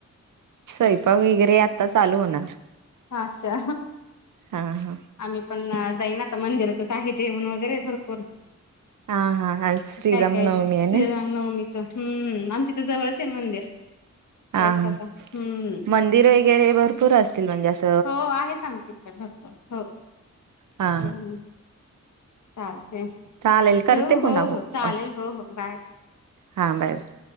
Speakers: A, on the right; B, on the left.
A: स्वयंपाक वगैरे आता चालू हुणार
B: अच्छा
A: हा हा
B: आम्ही पण जाईन आता मंदिरातच आहे जेवण वगैरे भरपूर
A: हा हा आज श्रीराम
B: काय, काय
A: नवमी आहे
B: श्रीराम
A: ना
B: नवमी हम्म, आमचे तर जवळच आहे मंदिर जायचं
A: हा हा
B: का हम्म
A: मंदिर ऐक वगैरे भरपूर असतील म्हणजे अस
B: हो आहेत आमच्या इकडे भरपूर
A: हा
B: हो चालते ठेव
A: चालेल करते
B: मग,
A: पुन्हा
B: हो,
A: कॉल
B: हो, चालेल हो हो बाय
A: हा बाय बाय